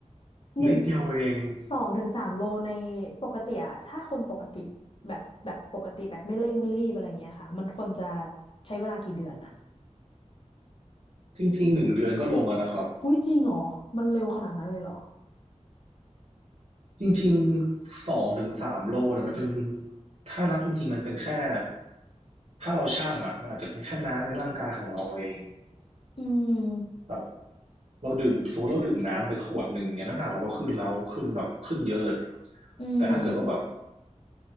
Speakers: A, on the left; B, on the right.
A: หนึ่ง
B: นิดเดียวเอง
A: สองถึงสามโลในปกติอะถ้าคนปกติแบบแบบปกติแบบไม่เร่งไม่รีบอะไรเงี้ยค่ะมันควรจะใช้เวลากี่เดือนอะ
B: จริงๆหนึ่งเดือนก็ลงแล้วนะครับ
A: อุ้ยจริงเหรอมันเร็วขนาดนั้นเลยเหรอ
B: จริงๆสองถึงสามโลเนี่ยมันเป็นถ้านับจริงๆมันเป็นแค่ถ้าเราช่างอ่ะมันอาจจะเป็นแค่น้ำในร่างกายของเราเอง
A: อืม
B: แบบเราดื่มสมมติเราดื่มน้ำไปขวดหนึ่งเนี่ยน้ำหนักเราก็ขึ้นแล้วขึ้นแบบขึ้นเยอะเลย
A: อืม
B: แต่ถ้าเกิดว่าแบบ